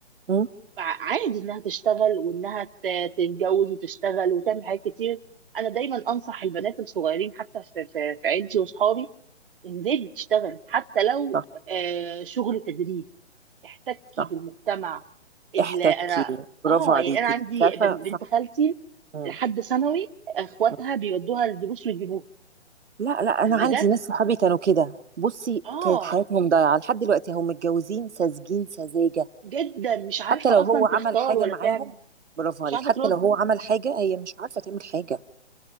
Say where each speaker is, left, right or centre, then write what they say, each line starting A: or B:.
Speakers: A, on the right; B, on the right.
A: مم،
B: فعادي انها تشتغل وانها ت- تتجوز وتشتغل وتعمل حاجات كتير انا دايما انصح البنات الصغيرين حتى في في, في عيلتي واصحابي انزلي تشتغل حتى لو
A: صح
B: آه، شغل تدريب تحتكي
A: صح
B: بالمجتمع اللي
A: احتكي
B: انا
A: برافو
B: اه
A: عليكي
B: يعني انا عندي
A: عارفه
B: بن- بنت
A: صح
B: خالتي
A: مم،
B: لحد ثانوي اخواتها
A: مم.
B: بيودوها الدروس ويجيبوها
A: لا لا
B: اما
A: انا عندي
B: جت
A: ناس صحابي كانوا كده بصي
B: اه
A: كانت حياتهم ضايعه لحد دلوقتي هم متجوزين ساذجين سذاجه
B: جدا مش عارفه
A: حتى لو
B: اصلا
A: هو عمل
B: تختار
A: حاجة
B: ولا
A: معاهم
B: تعمل
A: برافو
B: مش
A: عليك
B: عارفه
A: حتى
B: ترد
A: لو هو عمل حاجة هي مش عارفة تعمل حاجة